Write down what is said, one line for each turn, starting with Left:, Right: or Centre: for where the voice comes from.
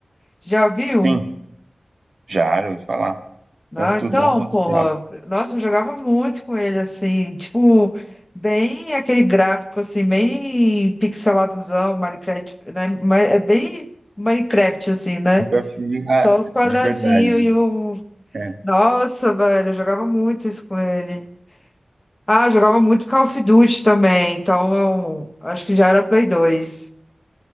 Left: Já viu?
Right: Sim, já era, eu ouvi falar.
Left: Não,
Right: Tanto
Left: então,
Right: do Doom quanto
Left: porra,
Right: do Diablo.
Left: nossa, eu jogava muito com ele, assim, tipo, bem aquele gráfico, assim, bem pixeladozão, Minecraft, né? Ma- É bem Minecraft, assim, né?
Right: Acho que Eu prefiro ra-
Left: Só os quadradinhos
Right: de verdade, né?
Left: e o.
Right: É,
Left: Nossa, velho, eu jogava muito isso com ele. Ah, eu jogava muito Call of Duty também, então eu acho que já era Play 2.